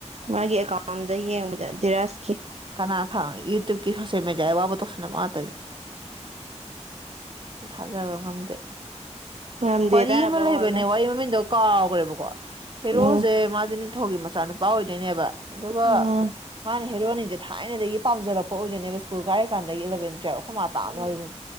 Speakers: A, on the right; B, on the right.
A: ꯃꯥꯒꯤ ꯑꯦꯀꯥꯎꯟꯗ ꯌꯦꯡꯕꯗ ꯙꯤꯔꯥꯖꯀꯤ
B: ꯀꯂꯥꯞ ꯁꯥꯡꯕꯒꯤ ꯇꯣꯛꯁꯤ ꯁꯣꯁꯦꯜ ꯃꯗꯤꯌꯥꯒꯤ ꯋꯥꯕꯨ ꯇꯧꯁꯤꯟꯅꯕ ꯉꯥꯛꯇꯅꯤ ꯊꯥꯖꯕ ꯉꯝꯗꯦ
A: ꯉꯝꯗꯦ
B: ꯋꯥꯔꯤ
A: ꯇꯥꯔꯕ
B: ꯑꯃꯥ
A: ꯑꯣꯜꯅ
B: ꯂꯩꯕꯅꯦ ꯋꯥꯔꯤ ꯃꯃꯤꯡꯗꯣ ꯀꯥꯎꯒ꯭ꯔꯦꯕꯀꯣ ꯍꯦꯔꯣꯁꯦ
A: ꯎꯝ
B: ꯃꯥꯥꯁꯦ ꯃꯆꯥ ꯅꯨꯄꯥ ꯑꯣꯏꯗꯣꯏꯅꯦꯕ ꯑꯗꯨꯒ
A: ꯎꯝ
B: ꯃꯥꯅ ꯍꯦꯔꯣꯏꯟꯅꯤꯁꯦ ꯊꯥꯏꯅꯗꯥꯒꯤ ꯄꯥꯝꯖꯔꯛꯄ ꯑꯣꯏꯗꯣꯏꯅꯦꯕ ꯏꯁ꯭ꯀꯨꯜ ꯀꯥꯏꯔꯤꯀꯥꯟꯗꯒꯤ ꯏꯂꯥꯚꯦꯟ ꯇꯨꯏꯋꯤꯞ ꯑꯈꯣꯏꯃꯥ ꯇꯥꯕꯅꯤ ꯋꯥꯔꯤ